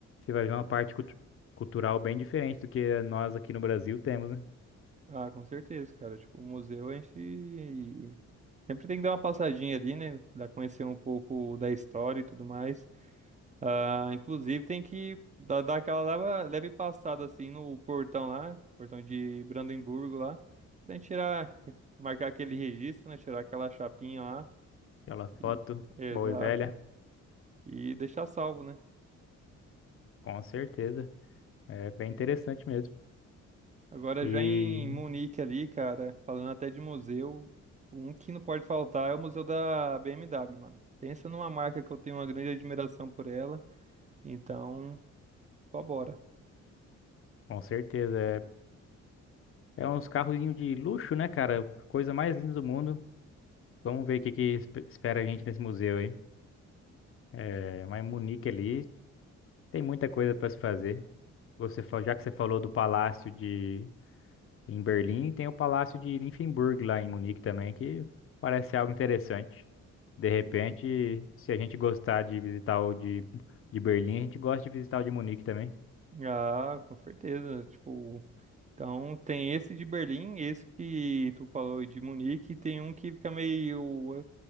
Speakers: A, on the left; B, on the right.
A: vai ver uma parte cultu- cultural bem diferente do que nós aqui no Brasil temos, né?
B: Ah, com certeza, cara. Tipo, o museu a gente sempre tem que dar uma passadinha ali, né? Dar conhecer um pouco da história e tudo mais. Ah, inclusive tem que dar, dar aquela leva- leve passada assim no portão lá, portão de Brandemburgo lá, pra gente tirar, marcar aquele registro, né? Tirar aquela chapinha lá.
A: Aquela foto
B: E, exato.
A: boa e velha,
B: E deixar salvo, né?
A: com certeza. É bem interessante mesmo.
B: Agora
A: E
B: já em Munique ali, cara, falando até de museu, um que não pode faltar é o museu da BMW, mano. Pensa numa marca que eu tenho uma grande admiração por ela. Então, só bora.
A: com certeza. é É uns carrozinhos de luxo, né, cara? Coisa mais linda do mundo. Vamos ver o que que esp- espera a gente nesse museu aí. É, mas Munique ali tem muita coisa para se fazer. Você, fa- já que você falou do palácio de em Berlim, tem o palácio de Nymphenburg lá em Munique também, que parece algo interessante. De repente, se a gente gostar de visitar o de, de Berlim, a gente gosta de visitar o de Munique também.
B: Ah, com certeza. Tipo, então tem esse de Berlim, esse que tu falou de Munique, e tem um que fica meio. é,